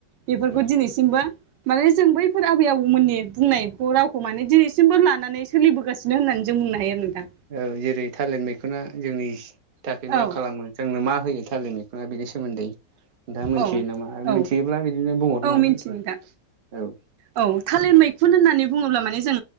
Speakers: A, on the right; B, on the right.
A: बेफोरखौ
B: उम
A: दिनैसिमबो माने जों बैफोर आबै आबौमोननि बुंनाय रावखौ माने दिनैसिमबो लानानै सोलिबोगासिनो। बिदिनो होननानै जों बुंनो हायो आरो नोंथां।
B: औ जेरै थालिर मैखुना जोंनि थाखाय मा
A: औ
B: खालामो। जोंनो मा होयो थालिर मैखुना बेनि सोमोन्दै नोंथाङा मोनथियो
A: औ
B: नामा आरो
A: औ
B: मिथियोब्ला बिदिनो बुंहरनो
A: औ
B: हागोन
A: मिन्थियो नोंथां
B: औ
A: औ थालिर मैखुन होननानै बुङोब्ला माने जों